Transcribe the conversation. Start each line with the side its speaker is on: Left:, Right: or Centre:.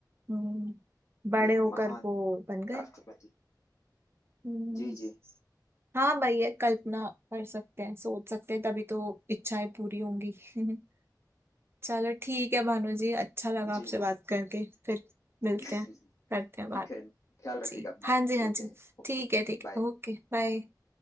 Right: हम्म। बड़े
Left: एक
Right: होकर
Left: महान
Right: वो बन गए
Left: राष्ट्रपति
Right: हम्म
Left: जी जी
Right: हाँ भैया कल्पना कर सकते हैं सोच सकते हैं तभी तो इच्छाएं पूरी होंगी <laughs> चलो ठीक है भानु जी अच्छा लगा
Left: जी
Right: आपसे
Left: हाँ
Right: बात करके फिर मिलते
Left: <laughs>
Right: हैं करते हैं बात
Left: ठीक है ख्याल रखिएगा
Right: जी
Left: अपना
Right: हाँ जी हाँ
Left: मिलते
Right: जी
Left: हैं Okay
Right: ठीक है ठीक
Left: bye
Right: है ओके बाय